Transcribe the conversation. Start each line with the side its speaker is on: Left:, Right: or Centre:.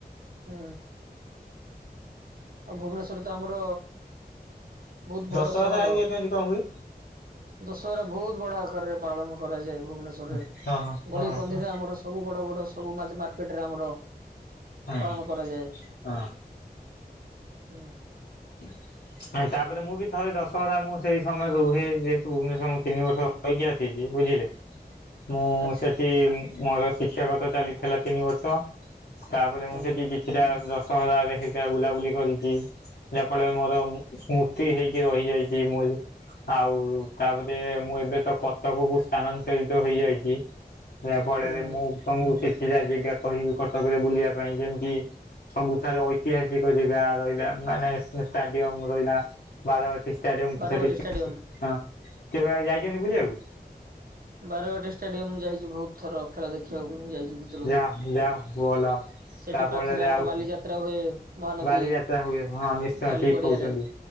Right: ହଁ ଆଉ ଭୁବନେଶରରେ ତ ଆମର ବହୁତ ବଡ
Left: ଦଶହରା
Right: ସହର,
Left: ହେରିକା କେମିତି କଣ ହୁଏ?
Right: ଦଶହରା ବହୁତ ବଡ ଆକାରରେ ପାଳନ କରାଯାଏ। ଭୁବନେସ୍ୱରରେ
Left: ହଁ ହଁ
Right: ଗଳି କନ୍ଦିରେ
Left: ହଁ
Right: ଆମର ସବୁ ସବୁ ବଡ ବଡ ସବୁ ମାଜି ମାର୍କେଟ୍ ରେ ଆମର
Left: ହଁ
Right: ପାଳନ କରାଯାଏ।
Left: ହଁ
Right: ହୁଁ।
Left: <inaudible> ତାପରେ ମୁଁ ବି ଥରେ ଦଶହରା ମୁଁ ସେଇ ସମୟରେ ରୁହେ ଯେହେତୁ ଭୁବନେସ୍ୱର ମୁଁ ତିନି ବର୍ଷ ରହିକି ଆସଛି। ବୁଝିଲେ?
Right: <inaudible>
Left: ମୁଁ
Right: ଆଚ୍ଛା
Left: ସେଠି ମୋର ଶିକ୍ଷାଗତ ଚାଲିଥିଲା ତିନି ବର୍ଷ। ତାପରେ
Right: ହୁଁ
Left: ମୁଁ ସେଠି କିଛିଟା ଦଶହରାରେ ସେଇଟା ବୁଲାବୁଲି କରିଛି। ଯାହା ଫଳ ମୋରଉଁ ସ୍ମୃତି ହେଇକି ରହିଯାଇଛି ମୁଁ ଆଉ ତାପରେ ମୁଁ ଏବେ ତ କଟକକୁ ସ୍ଥାନାନ୍ତରିତ ହେଇଯାଇଛି। ଏହା ଫଳରେ
Right: ହୁଁ
Left: ମୁଁ ତମକୁ କିଛି ଯା ଜାଗା କହିବି କଟକରେ ବୁଲିବା ପାଇଁ ଯେମିତି ସବୁଠାରେ ଐତିହାସିକ ଯେଗା ରହିଲା ମାନେ ଷ୍ଟାଡିୟମ ରହଲା ବାରାବାଟି ଷ୍ଟାଡିୟମ
Right: ବାରବାଟୀ
Left: କ ସେଠି
Right: ଷ୍ଟାଡିୟମ।
Left: ହଁ। କେବେ ଯାଇଛନ୍ତି ବୁଲିବାକୁ?
Right: ବାରବାଟୀ ଷ୍ଟାଡିୟମ ଯାଇଛି ବହୁତ ଥର। ଖେଳ ଦେଖିବାକୁ ମୁଁ ଯାଇଛି ଭିତରକୁ
Left: ଯା ଯା ଭଲ।
Right: ସେଠି
Left: ତାଫଳରେ
Right: ପାଖରେ ଆମର
Left: ଆଉ
Right: ବାଲିଯାତ୍ରା ହୁଏ। ମହାନଦୀ
Left: ବାଲିଯାତ୍ରା ହୁଏ ହଁ ନିଶ୍ଚୟ
Right: ବାଲି
Left: ଠିକ
Right: ପଡିଆରେ।
Left: କହୁଛନ୍ତି।